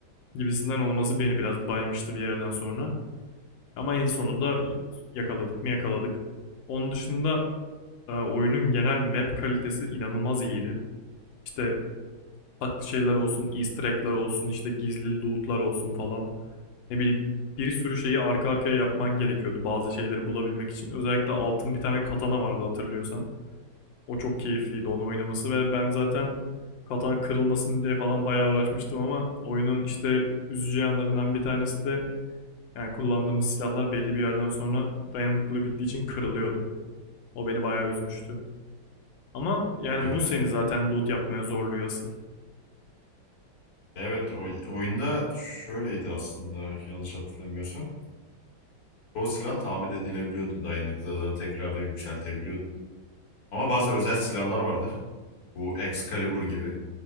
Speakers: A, on the left; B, on the left.
A: gibisinden olması beni biraz baymıştı bir yerden sonra. Ama en sonunda yakaladık mı yakaladık. Onun dışında e, oyunun genel map kalitesi inanılmaz iyiydi. İşte farklı şeyler olsun, easter egg'ler olsun, işte gizli loot'lar olsun falan. Ne bileyim bir sürü şeyi arka arkaya yapman gerekiyordu bazı şeyleri bulabilmek için. Özellikle altın bir tane katana vardı hatırlıyorsan. O çok keyifliydi onu oynaması ve ben zaten katana kırılmasın diye falan bayağı uğraşmıştım ama oyunun işte üzücü yanlarından bir tanesi de yani kullandığımız silahlar belli bir yerden sonra dayanıklılığı bittiği için kırılıyordu. O beni bayağı üzmüştü. Ama yani
B: Ya,
A: bu seni zaten loot yapmaya zorluyor asıl.
B: evet o oyunda şöyleydi aslında yanlış hatırlamıyorsam. Çoğu silah tamir edilebiliyordu. Dayanıklılığını tekrardan yükseltebiliyordu. Ama bazı özel silahlar vardı. Bu Excalibur gibi.